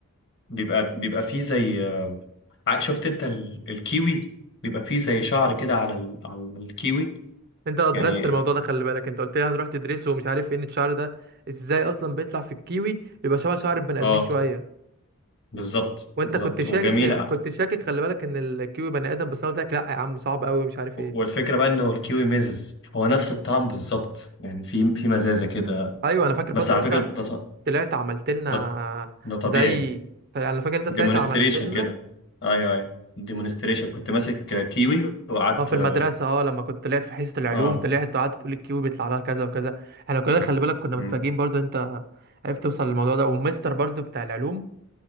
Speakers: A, on the left; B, on the right.
A: بيبقى بيبقى فيه زي آه، ع- شفت انت ال- الكيوي بيبقى فيه زي شعر كده على ال... على الكيوي
B: انت درست
A: يعني
B: الموضوع ده خلي بالك انت قلت لي هتروح تدرسه ومش عارف فين الشعر ده ازاي اصلا بيطلع في الكيوي بيبقى شبه شعر البني
A: اه
B: ادمين شوية
A: بالظبط
B: وانت
A: بالظبط
B: كنت شاكك
A: وجميلة
B: كنت شاكك خلي بالك ان الكيوي بني ادم بس انا قلت لك لا يا عم صعب قوي مش عارف
A: والفكرة
B: ايه
A: بقى انه الكيوي مزز هو نفس الطعم بالظبط يعني في في مزازة كده
B: ايوه انا فاكر
A: بس
B: بطل
A: على
B: انت
A: فكرة ده ط-
B: طلعت عملت لنا
A: ده, ده طبيعي
B: زي يعني انا فاكر انت
A: ديمونستريشن
B: طلعت عملت لنا
A: كده ايوه ايوه ديمونستريشن كنت ماسك كيوي وقعدت
B: اه في
A: اه
B: المدرسة اه لما كنت طلعت في حصة العلوم
A: آه،
B: طلعت وقعدت تقول الكيو بيطلع لها كذا وكذا احنا كلنا خلي بالك كنا متفاجئين
A: مم.
B: برضو انت عرفت توصل للموضوع ده والمستر برضو بتاع العلوم